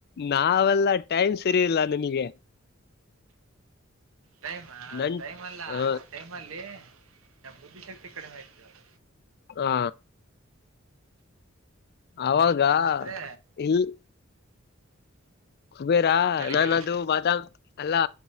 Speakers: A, on the left (about 50°); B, on the right (about 80°).
A: ನಾವೆಲ್ಲ ಟೈಮ್ ಸರಿ ಇಲ್ಲ ನಿನಗೆ
B: ಟೈಮ
A: ನನ್
B: ಟೈಮ್ ಅಲ್ಲಾ
A: ಹ
B: ಟೈಮ್ ಅಲ್ಲಿ ನಾ ಬುದ್ಧಿಶಕ್ತಿ ಕಡೆ ಹಯ್ತವಾಗ
A: ಹಾ ಆವ ಗಾ
B: ಅಂದ್ರೆ
A: ಇಲ್ಲಿ ಹಬೇರಾ
B: ಹೇಳಿ
A: ನಾನ
B: ಹೇಳಿ
A: ಅದು ಬಾದಾಮ ಅಲ್ಲಾ